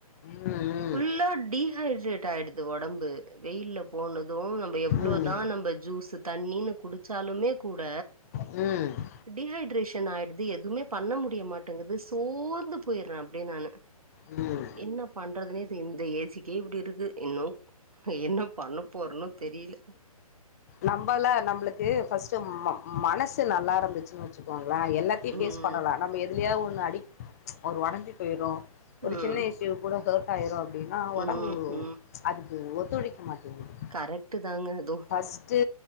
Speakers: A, on the left (about 25°); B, on the right (about 70°).
A: ம்
B: ஃபுல்லா டீஹைட்ரேட் ஆயிடுது ஒடம்பு வெயில்ல போனதும் நம்ம எவ்ளோ
A: ம்
B: தா நம்ப ஜூஸ் தண்ணீனு குடிச்சாலுமே கூட
A: ஆ
B: டீஹைட்ரேஷன் ஆயிடுது எதுமே பண்ண முடியமாட்டேங்குது சோர்ந்து போய்றே அப்டியே நானு
A: ம் ம்
B: என்ன பண்றதுனே தெ இந்த ஏஜுக்கே இப்டி இருக்கு இன்னு என்ன பண்ண போறணோ தெரில
A: நம்பலா நம்பளுக்கு ஃபஸ்ட்டு ம மனசு நல்லா இருந்துச்சின் வச் சிக்கோங்களே எல்லாத்தையு ஃபேஸ்
B: ம்
A: பண்ணலா நம்ம எதுலேயாது ஒன்னு அடிக் ஒரு ஒடஞ்சி போய்றோ ஒரு
B: ம்
A: சின்ன விஷ் யோ கூட ஹார்ட் ஆயிரோ அப்டினா ஒடம்பு
B: ம் ம்
A: அதுக்கு ஒத்துழைக்க மாட்டேங்குது
B: கரெக்ட்டு தாங்க அது
A: பஸ்ட்டு